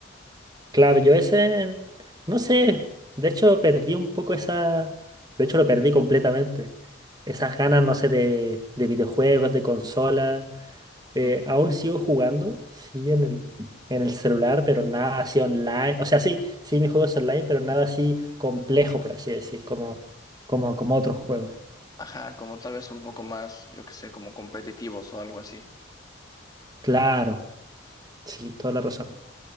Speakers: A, on the right; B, on the left.
A: claro, yo ese, no sé, de hecho perdí un poco esa, de hecho lo perdí completamente. Esas ganas, no sé, de, de videojuegos, de consola. Eh,
B: Mm.
A: aún sigo jugando, sí, en el, en el celular, pero nada así online. O sea, sí, sí, mis juegos online, pero nada así complejo, por así decir, como, como, como otros juegos.
B: Ajá, como tal vez un poco más, yo que sé, como competitivos o algo así.
A: Claro. Sí, toda la razón.